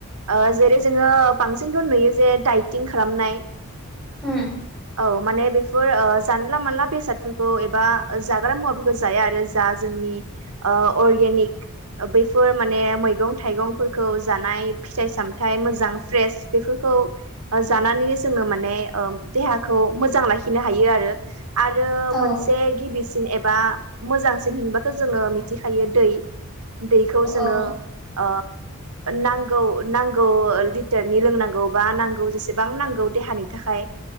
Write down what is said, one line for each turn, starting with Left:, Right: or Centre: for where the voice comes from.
Right: ओ जेरै जोङो बांसिनथ नुयो जे डाइटिं खालामनाय
Centre: होम
Right: औ माने बेफोर ओ जानला मानला बेसादफोरखौ एबा जाग्रा मुवाफोरखौ जाया आरो जा जोंनि ओ अर्गेनिक बैफोर माने मैगं थाइगंफोरखौ जानाय फिथाइ सामथायाइ मोजां फ्रेस बेफोरखौ जानानै जोङो माने ओ देहाखौ मोजां लाखिनो हायो आरो आरो
Centre: औ
Right: मोनसे गिबिसिन एबा मोजांसिन होनबाथ जोङो मिथिखायो दै दैखौ जोङो
Centre: औ
Right: ओ नांगौ नांगौ लिटारनि लोंनांगौ बा नांगौ जेसेबां नांगौ देहानि थाखाय